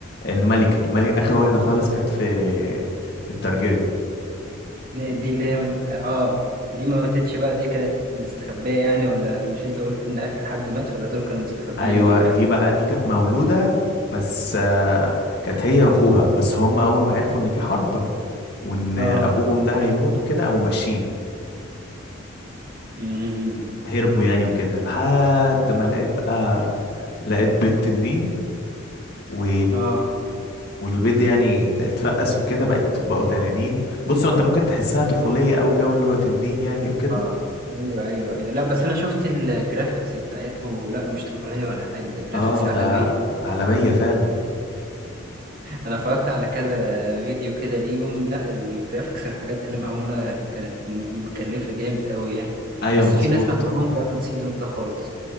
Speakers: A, on the left; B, on the right.
A: الملكة الملكة آخر واحدة خالص كانت في في التارجيريان
B: دي اللي هي من... اه دي ما ماتتش بقى دي كانت مستخبية يعني ولا مش انت قلت ان اخر حد مات ولا دول كانوا مستخبيين
A: ايوه
B: ولا
A: دي
B: ايه
A: بقى دي كانت مولودة بس آه كانت هي واخوها بس هما اول ما عرفوا ان في حرب وان
B: اه
A: ابوهم ده هيموت وكده قاموا ماشيين
B: امم
A: هربوا يعني وكده لحد ما لقيت بقى لقيت بيض تنين و...
B: اه
A: والبيض يعني اتفقس وكده بقت بقوا تنانين بص هو انت ممكن تحسها طفولية او جو اللي هو تنين يعني وكده
B: اه ايوه ايوه ايوه لا بس انا شفت الجرافيكس بتاعته لا مش طفوليه ولا حاجه ده جرافيكس
A: اه ده
B: عالميه
A: عالمية فعلا
B: انا اتفرجت على كذا فيديو كده ليهم لا الجرافيكس الحاجات اللي معموله كانت م- مكلفه جامد قوي يعني
A: ايوه
B: بس
A: مظبوط
B: في ناس ما عجبهمش اخر السيزون ده خالص